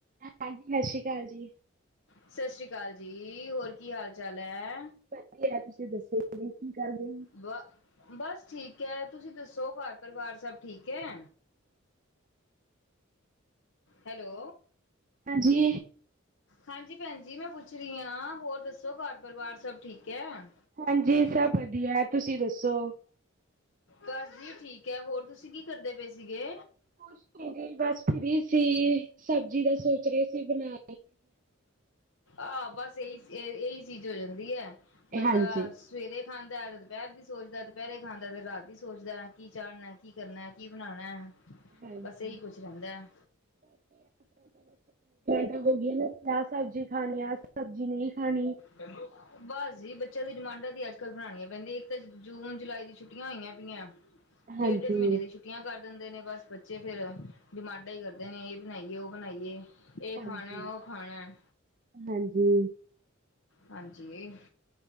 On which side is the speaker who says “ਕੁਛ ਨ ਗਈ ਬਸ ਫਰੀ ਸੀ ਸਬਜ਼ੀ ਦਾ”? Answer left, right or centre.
Right